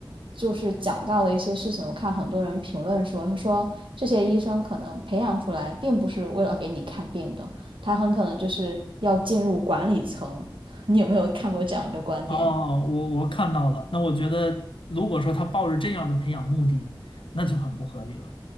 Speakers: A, on the right; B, on the left.
A: 就是讲到的一些事情，我看很多人评论说，他说这些医生可能培养出来并不是为了给你看病的。他很可能就是要进入管理层。<laughs> 你有没有看过这样一个观点？
B: 哦，我我看到了。那我觉得，如果说他抱着这样的培养目的，那就很不合理了。